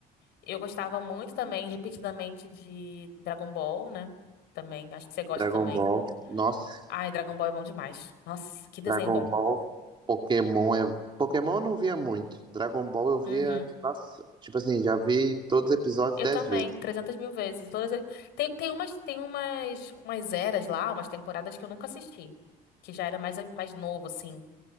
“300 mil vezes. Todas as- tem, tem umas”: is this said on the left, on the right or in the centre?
Left